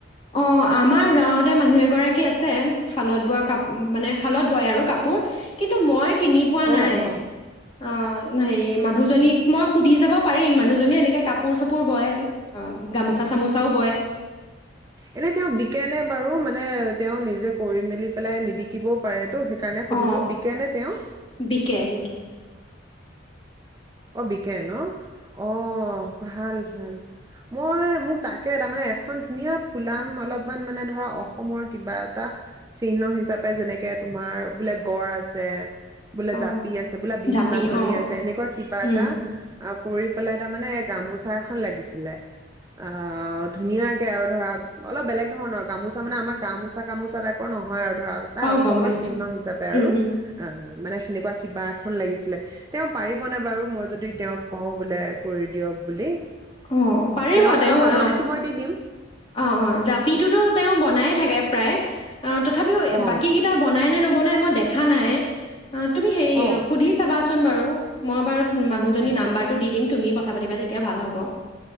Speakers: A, on the left; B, on the right.
A: অ', আমাৰ গাঁৱতে মানুহ এগৰাকী আছে শালত বোৱা কাপ মানে শালত বয় আৰু কাপোৰ কিন্তু মই কিনি পোৱা
B: অ
A: নাই,
B: অ
A: অ'। নাই। মানুহজনীক মই সুধি চাব পাৰিম মানুহ জনীয়ে এনেকৈ কাপোৰ চাপোৰ বয়। গামোচা চামোচাও বয়।
B: এনেই তেওঁ বিকেনে বাৰু মানে তেওঁ নিজে কৰি মেলি পেলাই নিবকিবও পাৰে। টো সেইকাৰণে সুধিলো,
A: অ
B: বিকে নে তেওঁ?
A: বিকে বিকে
B: অ, বিকে ন? অ', ভাল। ভাল মই মোক তাকে তাৰমানে এখন ধুনীয়া ফুলাম অলপমান মানে ধৰা অসমৰ কিবা এটা চিহ্ন হিচাপে যেনেকে তোমাৰ বোলে গড় আছে। বোলে
A: অ
B: জাপি আছে বোলে বিহু
A: জাপি
B: নাচনি
A: অ
B: আছে এনেকুৱা কিবা
A: উম
B: এটা। অ', কৰি পেলাই তাৰমানে গামোচা এখন লাগিছিলে অ', ধুনীয়াকে আৰু ধৰা অলপ বেলেগ ধৰণৰ গামোচা মানে আমাৰ গা মোচা গামোচা টাইপৰ নহয় আৰু। ধৰক তা
A: অ
B: অসমৰ
A: গম পাইছো
B: চিহ্ন হিচাপে
A: উম
B: আৰু অ'।
A: উম
B: মানে সেনেকুৱা কিবা এখন লাগিছিলে। তেওঁ পাৰি পোৱা নাই বাৰু মই যদি তেওঁক কওঁ বোলে কৰি দিয়ক বুলি।
A: অ পাৰিব
B: তেওঁৰ
A: তেওঁ
B: ধৰা মাননিটো
A: আহ
B: মই দি দিম
A: অ অ জাপিটোতো তেওঁ বনাই থাকে প্ৰায়। অ', তথাপিও এ,
B: অ
A: বাকী কেইটা বনাই নে নবনা নাই মই দেখা নাইয়েই অ তুমি সেই
B: অ
A: সুধি চাবা চ চোন বাৰু মই বাৰু মানুহজনীৰ
B: সুধিম
A: নাম্বাৰটো দি দিম তুমি ক কথা পাতিবা দেই তেওঁ ভাল হ'ব।